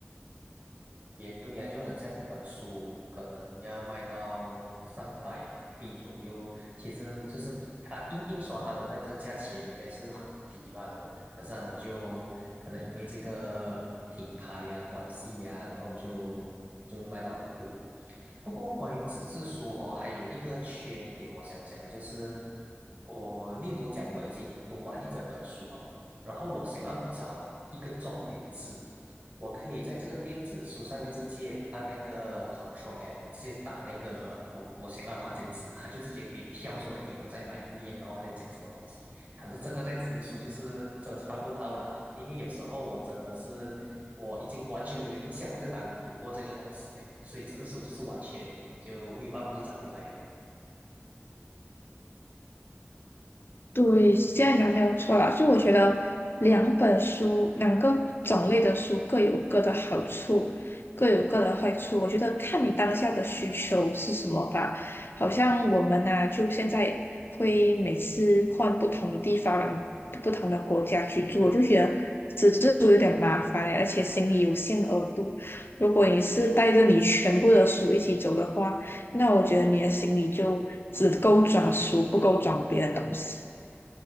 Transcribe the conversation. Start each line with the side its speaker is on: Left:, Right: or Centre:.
Right: 也对呀、就很像一本书，可能要卖到上百马币左右。其实就是它印印刷它的那个价钱应该是很低吧了，可是他们就可能因为这个品牌呀、关系呀，然后就就是卖到很贵。不过关于纸质书哦，还有一个缺点，我想讲的就是，我例如讲我已经读完一整本书啊，然后我想要找一个重点字，我可以在这个电子书上面直接按那个 Control F，我直接打那个我我想要的关键词，它就直接可以跳出来给我在哪一面，然后在讲什么东西。可是这个在纸质书就是真的是办不到啦，因为有时候我真的是我已经完全没有印象我在哪里读过这个东西啊，所以纸质书就是完全就没有办法去找回来呀。
Left: 对，是这样讲没有错啦。就我觉得两本书，两个种类的书各有各的好处，各有各的坏处。我觉得看你当下的需求是什么吧。好像我们呐、就现在会每次换不同的地方、不同的国家去住，我就觉得纸质书有点麻烦欸而且行李有限额度。如果你是带着你全部的书一起走的话，那我觉得你的行李就只够装书，不够装别的东西。